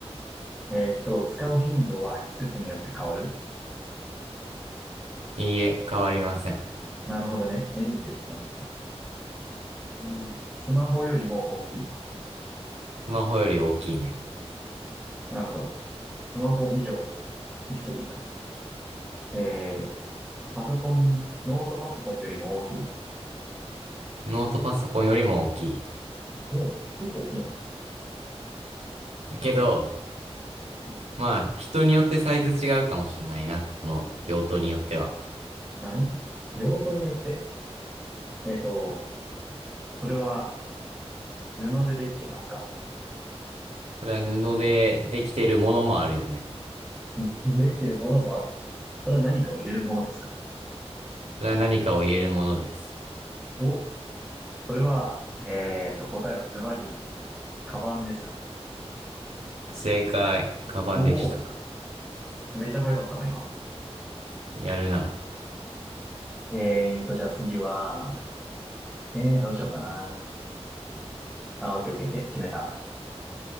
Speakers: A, in the centre; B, on the right.
A: えっと、使う頻度は季節によって変わる
B: いいえ、変わりません。
A: なるほどね。年中使うか。うん。スマホよりも大きい。
B: スマホより大きいね。
A: なるほど。スマホ以上、椅子以下。えー、パソコン、ノートパソコンよりも大きい。
B: ノートパソコンよりも大きい。
A: もう、結構大きいな。
B: だけど、
A: うん
B: まあ、人によってサイズ違うかもしんないな。その用途によっては。
A: 何用途によってえっと、それは布でできていますか
B: それは布でできてるものもあるよね。
A: うん <laughs> できているものもある。それは何かを入れるものですか
B: それは何かを入れるものです。
A: お、それは、えっと、答えはズバリ、カバンですか
B: 正解、カバンでした。
A: おおー、めっちゃ早かったな、今。
B: やるな。
A: えっと、じゃあ次は、えー、どうしようかな。あ、オッケーオッケーオッケー、決めた。